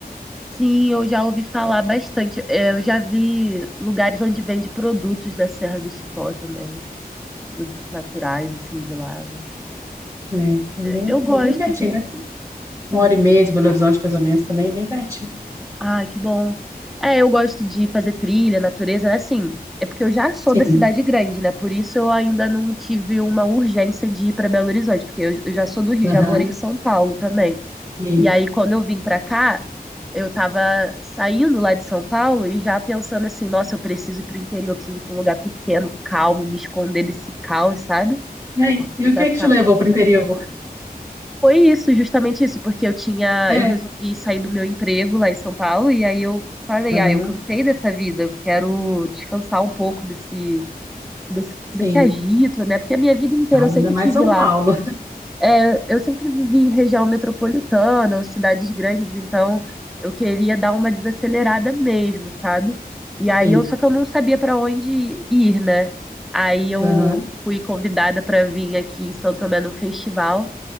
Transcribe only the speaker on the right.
né? É, bem,
é bem pertinho,
deve
uma hora e meia de Belo Horizonte, mais ou menos, também, é bem pertinho.
Sim,
aham,
isso.
E, aí,
e
o
que é
que te levou para o interior?
É,
aham,
sim,
causa
ainda mais
São
Paulo,
sim,
aham,